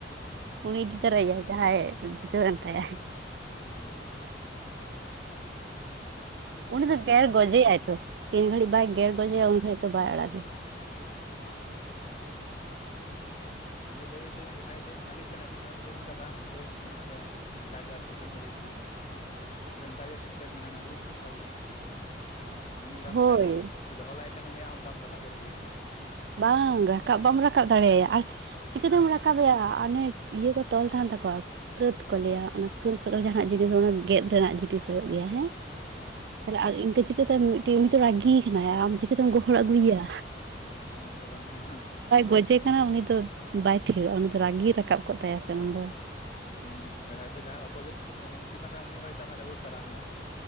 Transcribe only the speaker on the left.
ᱚᱸ
ᱚᱸ
ᱟᱨ
ᱮᱴᱟᱜ
ᱚᱸ
ᱟᱫᱚᱭ ᱞᱟᱹᱭ ᱟᱫᱮ ᱡᱟᱦᱟᱸᱭ ᱫᱚ ᱢᱟᱹᱞᱤᱠ ᱠᱟᱱᱟᱭ ᱥᱤᱢ ᱨᱮ ᱩᱱᱤ ᱫᱚᱭ ᱵᱟᱝ ᱦᱤᱨᱳᱭᱤᱱ ᱛᱤᱧ ᱟᱫᱚ ᱚᱱᱠᱟ ᱜᱮ ᱟᱨᱠᱤ ᱵᱟᱹᱧ ᱞᱟᱹᱲᱟᱹᱭ ᱚᱱᱠᱟᱜᱮ ᱥᱤᱥᱴᱮᱢ ᱢᱮᱱᱟᱜᱼᱟ ᱨᱩᱞᱥ ᱜᱮ ᱚᱱᱠᱟ ᱜᱮᱭᱟ ᱟᱢ ᱢᱤᱫ ᱫᱟᱢ
ᱯᱷᱮᱰ ᱫᱚᱦᱚ ᱞᱟᱭ ᱠᱟᱱᱟ ᱩᱱᱤᱭ ᱟᱢ ᱵᱟᱢ ᱨᱟᱠᱟᱵ ᱫᱟᱲᱮᱣᱟᱭᱟ ᱚᱸᱰᱮ ᱠᱷᱚᱱ
ᱚ
ᱚ
ᱢᱟ ᱛᱚ ᱠᱟᱱ ᱜᱮᱭᱟ
ᱦᱮᱸ ᱦᱳᱭ ᱦᱚᱭᱛᱳ ᱡᱟᱦᱟᱸᱭ ᱚᱯᱳᱚᱡᱤᱴ ᱥᱤᱢ ᱛᱟᱦᱮ ᱩᱱᱤ ᱦᱚᱭᱛᱳ ᱟᱢᱮ ᱨᱟᱵᱳᱲ ᱛᱟᱲᱟ ᱢᱮᱭᱟ